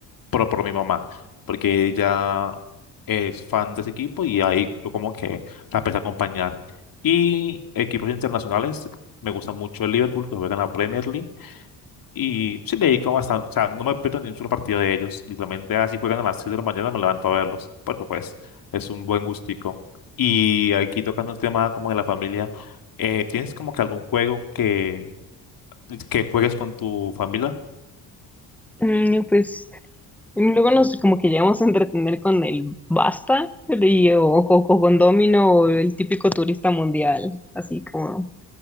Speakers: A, on the left; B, in the centre.
A: pero por mi mamá, porque ella es fan de ese equipo y ahí yo como que la empecé a acompañar. Y equipos internacionales, me gusta mucho el Liverpool, que juega en la Premier League. Y sí, le dedico bastante, o sea, no me pierdo ni un solo partido de ellos. Literalmente, así juegan a las 6 de la mañana, me levanto a verlos, porque pues es un buen gustico. Y aquí tocando el tema como de la familia, eh, ¿tienes como que algún juego que, que juegues con tu familia?
B: Mm, pues. Y Luego nos como que llegamos a entretener con el basta y, o, o- o con Domino o el típico turista mundial, así como